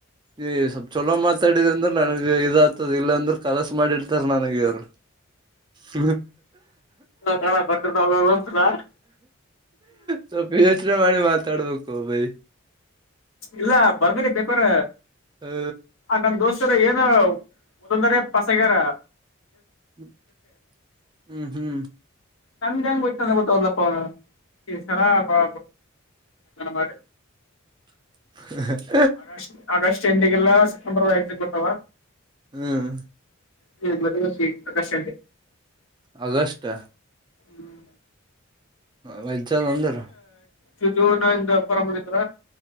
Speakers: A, on the right (about 20°); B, on the left (about 70°).
A: ಈ ಚಲ್ ಮಾತಾಡಿ ಇಲಂದ್ರ ನನಗೆ ಇದ ಆತದ ಇಲ್ಲಾಂದ್ರೆ ಕೆಲಸ ಮಾಡಿಡ್ತಾರ ನನಗ ಇವರು ಹ್ಮ
B: ಕಾಲ ಬರ್ದಿರ್ತಾವ ಅಂತದ
A: ಸ್ವಲ್ಪ ಯೋಚನೆ ಮಾಡಿ ಮಾತ್ರ ತಡಬೇಕಕ ಭೈ
B: ಇಲ್ಲ ಬರ್ದನಿ ಪೇಪರ್
A: ಹ
B: ಹ ನನ್ ದೋಸ್ ಏನ ಒದೊಂದರ ಪಸಗಾರ
A: ಹ್ಮ ಹ್ಮ್ ಹ್ಮ್
B: ನಮ ಹೆಂಗ್ ಬಿತಂದ ಗೊತ್ತಲ್ಲಪ್ಪ ಅವ ಸರಾಬಾ ಮಾಡಿ
A: ಹ
B: ಆಗಸ್ಟ್ ಆಗಸ್ಟ್ ಎ ಇಗೆಲ್ಲಾ ಸೆಪ್ಟಂಬರ್ ಎಕ್ ಕೊತ
A: ಹ್ಮ್
B: ಹ್ಮ ಮದಿ ಪ್ರಕಾಶ
A: ಅಗಸ್ಟ್
B: ಹ್ಮ್
A: ವೈಜಾಲ ಅಂದರು
B: ಜೀವನಿಂದ ಪರ ಮಾಡಳಿತರ